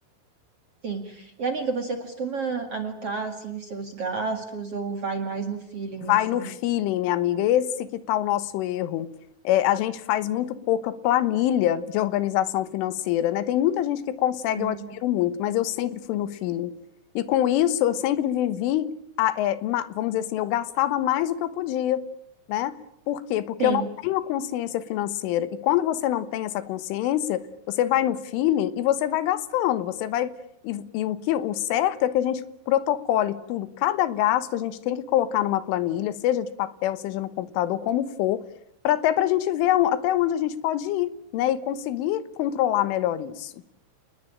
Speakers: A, on the right (about 45°); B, on the left (about 85°).
A: sim. E amiga, você costuma anotar assim os seus gastos ou vai mais no feeling
B: Vai
A: assim?
B: no feeling, minha amiga. Esse que tá o nosso erro. É, a gente faz muito pouca planilha de organização financeira, né? Tem muita gente que consegue,
A: Uhum.
B: eu admiro muito, mas eu sempre fui no feeling. E com isso, eu sempre vivi, a- é, ma- vamos dizer assim, eu gastava mais do que eu podia, né? Por quê? Porque
A: Sim,
B: eu não tenho a consciência financeira. E quando você não tem essa consciência, você vai no feeling e você vai gastando, você vai e, e o que o certo é que a gente protocole tudo, cada gasto a gente tem que colocar numa planilha, seja de papel, seja no computador, como for, para até para a gente ver aon- até onde a gente pode ir, né? E conseguir controlar melhor isso.